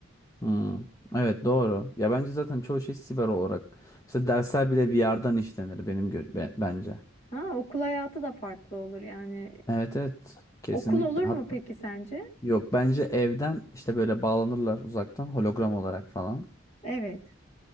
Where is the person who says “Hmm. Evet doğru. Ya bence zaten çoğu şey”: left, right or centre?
Left